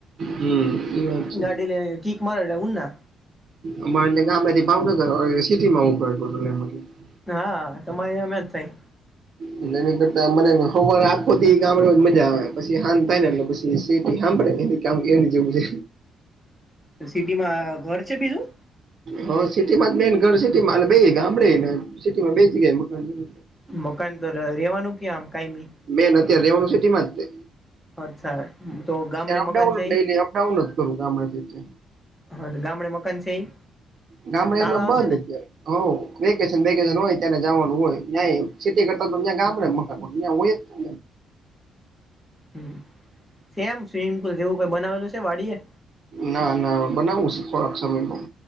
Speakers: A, on the right; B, in the centre.
A: હમ. એ વાત છે
B: ગાડી લઈને કિક મારે તો <unintelligible>
A: અમાને ગામમાંથી ભાવનગર હવે સિટીમાં હું <unintelligible>
B: હા તમારે અહીંય <unintelligible> થાય.
A: એટલે એની કરતા મને હવારે આખો દી ગામડે જ મજા આવે પછી હાંજ થાય ને એટલે પછી તે સીટી સાંભળે એ કામ કે જેવું છે.
B: તે સિટીમાં ઘર છે બીજું.
A: હા સિટીમાં જ મેન ઘર છે તે માલ બે ગામડેને સિટીમાં બે જગ્યા મકાન છે ને.
B: મકાન તો રેવાનું કે આમ કઈ ની.
A: મેન અત્યારે રેવાનું સિટીમાં તે.
B: અચ્છા તો ગામડે
A: અત્યારે અપડાઉન
B: મકાન છે
A: ડેલી
B: ઈ.
A: અપડાઉન જ કરું ગામડેથી જ
B: હા તો ગામડે મકાન છે ઈ
A: ગામડે એમને
B: તાળ આવશે
A: બંધ
B: ને
A: અત્યારે હ વેકેશન વેકેશન હોય. ત્યારે જવાનું હોય ત્યારે સિટી કરતા તો અહીંયા ગામડે મકાનો હોય અહીંયા હોય જ
B: હમ્મ જેમ સ્વિમિંગ પુલ જેવું કઈ બનાવેલું છે વાડી એે.
A: ના ના બનાવું છું થોડાક સમયમાં